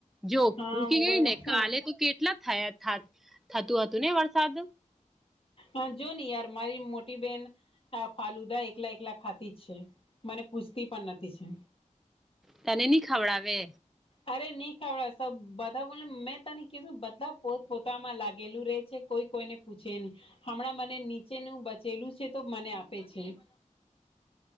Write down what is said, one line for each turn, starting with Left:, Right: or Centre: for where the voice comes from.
Centre: જો
Left: હા
Centre: રૂકી
Left: બરાબર
Centre: ગઈ ને કાલે તો કેટલા થયા થા થતું હતું ને વરસાદ
Left: આ જોને યાર મારી મોટી બેન આ ફાલુદા એકલા એકલા ખાતી જ છે મને પૂછતી પણ નથી છે.
Centre: તને નહી ખવડાવે?
Left: અરે ની ખાવડા સબ બધા બો મેં તને કીધું બધા પોત પોતામાં લાગેલું રે છે. કોઈ કોઈને પૂછે નહી હમણાં મને નીચેનું બચેલું છે તો મને આપે છે એ